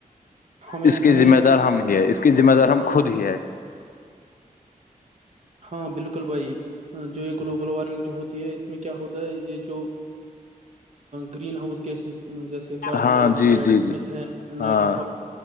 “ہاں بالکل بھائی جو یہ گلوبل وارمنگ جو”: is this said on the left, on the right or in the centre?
Right